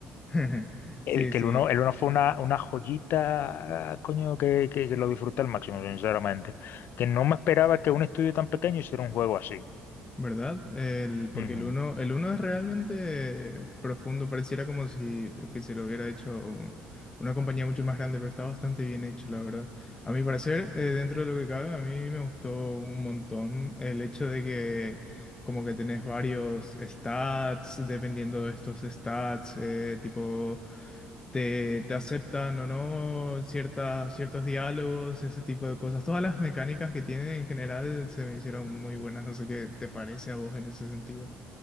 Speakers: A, on the left; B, on the left.
A: <laughs> Sí,
B: El, que
A: sí.
B: el uno, el uno fue una, una joyita, coño, que, que- que lo disfruté al máximo, sinceramente. Que no me esperaba que un estudio tan pequeño hiciera un juego así.
A: ¿Verdad? El, porque
B: Ujú.
A: el uno el uno es realmente profundo, pareciera como si que se lo hubiera hecho un- una compañía mucho más grande, pero está bastante bien hecho, la verdad. A mi parecer, eh, dentro de lo que cabe, a mí me gustó un montón el hecho de que como que tenés varios stats, dependiendo de estos stats, eh, tipo te, te aceptan o no ciertas, ciertos diálogos, ese tipo de cosas. Todas las mecánicas que tienen en general se me hicieron muy buenas. No sé qué te parece a vos en ese sentido.